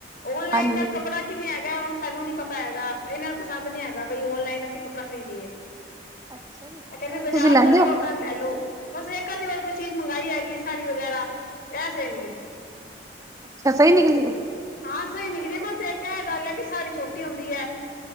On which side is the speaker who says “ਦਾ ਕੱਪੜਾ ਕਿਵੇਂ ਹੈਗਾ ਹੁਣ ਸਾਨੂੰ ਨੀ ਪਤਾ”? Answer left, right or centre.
Left